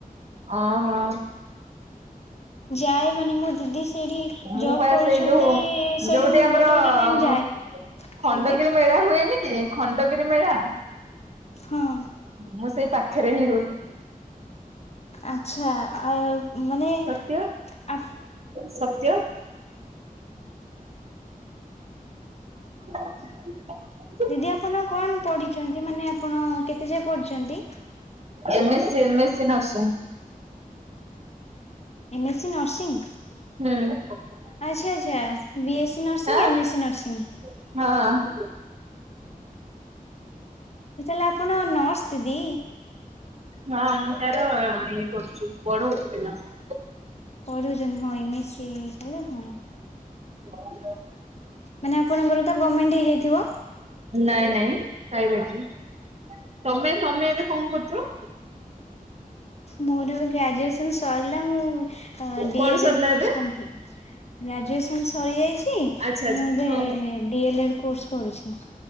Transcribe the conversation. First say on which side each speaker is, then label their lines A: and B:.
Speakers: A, on the right (about 45°); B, on the left (about 45°).
A: ଆଁ ହଁ।
B: ଯାଏ ମାନେ ମୋ ଦିଦି ସେଇଠି
A: ମୁଁ
B: ଜବ୍
A: ପା
B: କରୁଛନ୍ତି।
A: ସେଇ ଯୋଉ
B: ସେଇଠି
A: ଯୋଉଠି
B: ମୁଁ
A: ଆମର
B: ଗୋଟେ ଗୋଟେ ଟାଇମ ଯାଏ।
A: ଖଣ୍ଡଗିରି
B: ଆଜ୍ଞା?
A: ମେଳା ହୁଏନି କି ଖଣ୍ଡଗିରି ମେଳା।
B: ହଁ।
A: ମୁଁ ସେଇ ପାଖରେ ହିଁ ରହୁ
B: ଆଚ୍ଛା ଆଉ ମାନେ
A: ସତ୍ୟ,
B: ଆ
A: ସତ୍ୟ <inaudible>
B: ଦିଦି ଆପଣ କଣ ପଢ଼ିଛନ୍ତି। ମାନେ ଆପଣ କେତେ ଯାଏ ପଢ଼ିଛନ୍ତି?
A: ଏମେ ସେ ଏମେ ସେ nurse.
B: M S C nursing?
A: ହୁଁ <unintelligible>
B: ଆଚ୍ଛା ଆଚ୍ଛା ବି ଏସ୍ ସି nursing
A: ଆଁ
B: M S C nursing.
A: ହଁ।
B: ଓ ତାହାଲେ ଆପଣ ନର୍ସ ଦିଦି।
A: ହଁ, ମୁଁ ତାର ଇଏ କରୁଛି ପଢୋଉଚି ପିଲାଙ୍କୁ।
B: ପଢୋଉଛନ୍ତି ହଁ ଏମ୍ ଏସ ସି କଲେ ହଁ।
A: ହ <unintelligible>
B: ମାନେ ଆପଣଙ୍କର ଗମେଣ୍ଟ ହେଇଯାଇଥିବ?
A: ନାଇଁ, ନାଇଁ ପ୍ରାଇଭେଟ୍ ହି। ତମେ ତମେ ଏବେ କଣ କରୁଛ?
B: ମୋର ଏବେ ଗ୍ରାଜୁଏସନ ସରିଲା ମୁଁ ହଁ ଡି
A: କଣ
B: ଏଲ
A: ସରିଲା
B: ଏଡ୍ କୋର୍ସ
A: ଏବେ?
B: କମ୍ପଲିଟ ଗ୍ରାଜୁଏସନ ସରିଯାଇଛି।
A: ଆଚ୍ଛା ଆଚ୍ଛା
B: ମୁଁ ଏବେ
A: ହଁ
B: ଡି ଏଲ୍ ଏଡ୍ କୋର୍ସ କରୁଛି।